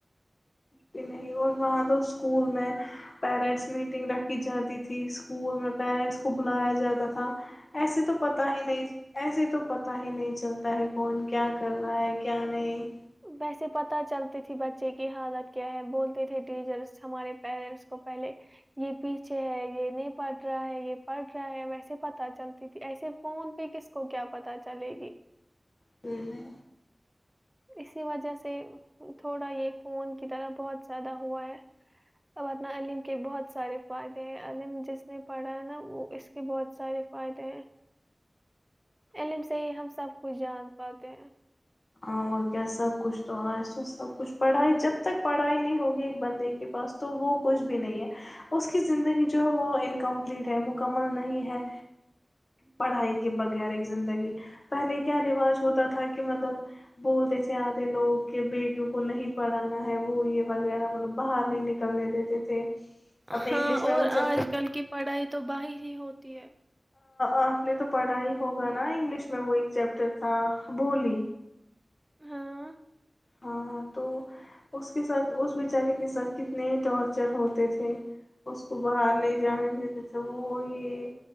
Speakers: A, on the left; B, on the right.
A: بھی نہیں اور وہاں تو اسکول میں پیرنٹس میٹنگ رکھی جاتی تھی اسکول میں پیرنٹس کو بلایا جاتا تھا ایسے تو پتا ہی نہیں ایسے تو پتا ہی نہیں چلتا ہے کون کیا کر رہا ہے کیا نہیں
B: ویسے پت چلتی تھی بچے کی حالت کیا ہے بولتے تھے ٹیچرس ہمارے پیرنٹس کو پہلے یہ پیچھے ہے یہ نہیں پڑھ رہا ہے یہ پڑھ رہا ہے ویسے پتا چلتی تھی ایسے فون پہ کس کو کیا پتاہ چلے گی
A: تو میں
B: اسی وجہ سے تھوڑا یہ فون کی طرح بہت زیادہ ہوا ہے اورورنہ علم کے بہت سارے فائدے ہیں علم جس نے پڑھا ہے نا وہ اس کے بہت سارے فائدے ہیں علم سے ہی ہم سب کچھ جان پاتے ہیں
A: اور کیا سب کچھ تو آج تو سب کچھ پڑھائی جب تک پڑھائی نہیں ہوگی ایک بندے کے پاس تو وہ کچھ بھی نہیں ہے اس کی زندگی جو ہے وہ انکمپلیٹ ہے مکمل نہیں ہے پڑھائی کے بغیر زندگی پہلے کیا رواج ہوتا تھا کہ مطلب بولتے س آد لوگوں کے بیٹوں کو نہیں پڑانا ہے وہ یہ وغیرہ مطلب باہر نہیں نکل نکنے دیتے تھے اپنے
B: ہاں
A: انگلش میں
B: اور
A: وہ چیپٹر
B: آج کل کی پڑھائی تو با ہی اھی ہوتی ہے
A: آپ نے تو پڑھا ہی ہوگا نا انگلش میں وہ ایک چیپٹر تھا بولی
B: ہاں
A: ہاں تو اس کے ساتھ اس بیچاری کے ساتھ کتنے ٹارچر ہوتے تھے اس کو باہر نہیں جانے دیتے تھے وہ یہ